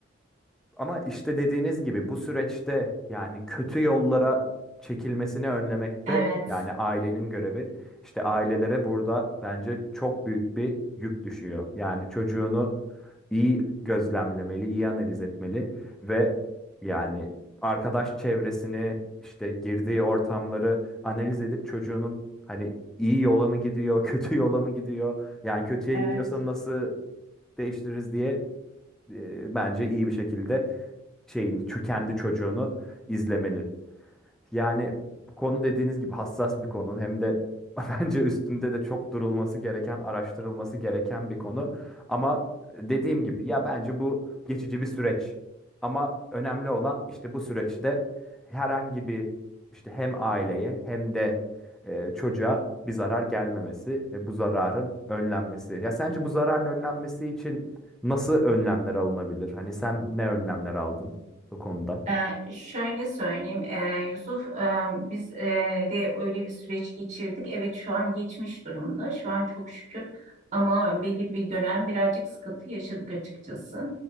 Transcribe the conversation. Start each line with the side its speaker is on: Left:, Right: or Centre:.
Centre: Ama işte dediğiniz gibi bu süreçte yani kötü yollara çekilmesini önlemekte
Right: <laughs> Evet.
Centre: yani ailenin görevi. İşte ailelere burada bence çok büyük bir yük düşüyor. Yani çocuğunu iyi gözlemlemeli, iyi analiz etmeli ve yani arkadaş çevresini, işte girdiği ortamları analiz edip çocuğunun hani iyi yola mı gidiyor, <laughs> kötü yola mı gidiyor? Yani kötüye
Right: evet.
Centre: gidiyorsa nasıl değiştiririz diye e, bence iyi bir şekilde şeyini, çü- kendi çocuğunu izlemeli. Yani bu konu dediğiniz gibi hassas bir konu. Hem de <laughs> bence üstünde de çok durulması gereken, araştırılması gereken bir konu. Ama dediğim gibi ya bence bu geçici bir süreç. Ama önemli olan işte bu süreçte herhangi bir işte hem aileye hem de e, çocuğa bir zarar gelmemesi ve bu zararın önlenmesi. Ya sence bu zararın önlenmesi için nasıl önlemler alınabilir? Hani sen ne önlemler aldın bu konuda?
Right: Ee, şöyle söyleyeyim ee, Yusuf, ee, biz ee, de öyle bir süreç geçirdik. Evet şu an geçmiş durumda. Şu an çok şükür ama belli bir dönem birazcık sıkıntı yaşadık açıkçası.